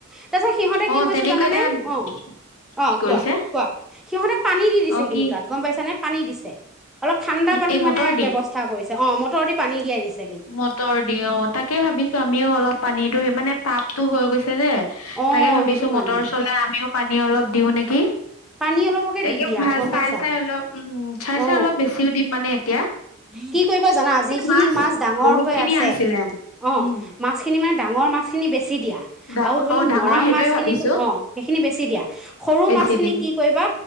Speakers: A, in the centre; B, on the left (about 80°).
A: তাৰ পিছত সিহঁতে
B: অ
A: কি কৈছে
B: তেনেকৈ
A: জানানে
B: এতিয়া কি
A: অ অ
B: কৰিছে
A: কোৱা কোৱা সিহঁতে পানী দি দিছে
B: অ
A: কিন্তু।
B: কি
A: পাইছা নে পানী দিছে। অলপ ঠাণ্ডা পানী
B: এই মটৰ
A: মানে
B: দি
A: ব্যৱস্থা কৰিছে। অ মটৰ দি পানী দি আহিছে।
B: মটৰ দি অ তাকে ভাবিছো আমিও অলপ। পানীতো সি মানে পাপটো হৈ গৈছে যে।
A: অ
B: তাকে ভাবিছো
A: সেইটো কাৰণে
B: মটৰ চলাই আমিও। পানী অলপ দিওঁ নেকি
A: পানী অলপকে
B: তাকে
A: দি দিয়া
B: ভাল
A: গম
B: চাই
A: পাইছা
B: চাই অলপ উম চাই
A: অ
B: চাই অলপ বেছিও দিম মানে এতিয়া
A: কি কৰিবা জানা
B: তাকে
A: যিখিনি
B: মাছ।
A: ডাঙৰ
B: বহুত
A: হৈ
B: খিনিয়ে
A: আছে
B: আছিলে
A: অ
B: উম
A: মাছখিনি ইমান। ডাঙৰ মাছ খিনি বেছি। বেছি দিয়া
B: ডাঙ
A: আৰু ধৰি
B: অ
A: লও
B: ডাঙৰ
A: মৰা
B: সেইটোৱে
A: মাছখিনিকো
B: ভাবিছো
A: অ সেইখিনি বেছি দিয়া সৰু
B: বেছি
A: মাছখিনি।
B: দিম
A: কি কৰিবা